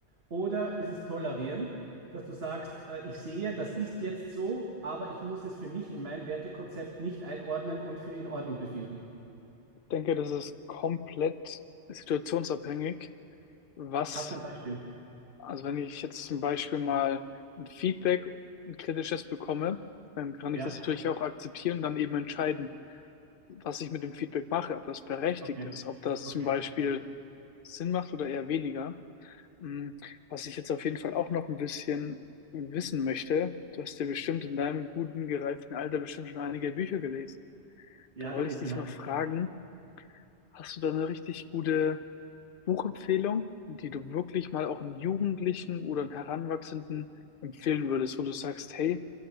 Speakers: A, on the right; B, on the left.
A: Oder ist es tolerieren, dass du sagst, äh, ich sehe, das ist jetzt so, aber ich muss es für mich in mein Wertekonzept nicht einordnen und für in Ordnung befinden?
B: Ich denke, das ist komplett situationsabhängig, was
A: Hast du ein Beispiel?
B: Also wenn ich jetzt zum Beispiel mal ein Feedback, ein kritisches bekomme, dann kann ich
A: Ja?
B: das natürlich auch akzeptieren und dann eben entscheiden, was ich mit dem Feedback mache, ob das berechtigt
A: Okay,
B: ist, ob das
A: okay,
B: zum Beispiel
A: okay.
B: Sinn macht oder eher weniger. Mm, Was ich jetzt auf jeden Fall auch noch ein bisschen wissen möchte, du hast ja bestimmt in deinem guten, gereiften Alter bestimmt schon einige Bücher gelesen.
A: Ja,
B: Da wollte
A: der
B: ich
A: Opi
B: dich
A: hat.
B: mal fragen, hast du da eine richtig gute Buchempfehlung, die du wirklich mal auch einem Jugendlichen oder einem Heranwachsenden empfehlen würdest, wo du sagst, hey,